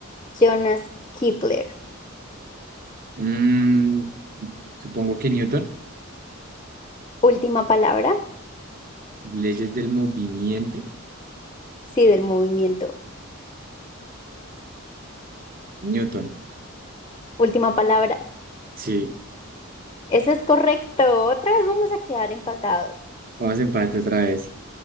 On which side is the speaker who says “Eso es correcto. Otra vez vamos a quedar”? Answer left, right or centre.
Left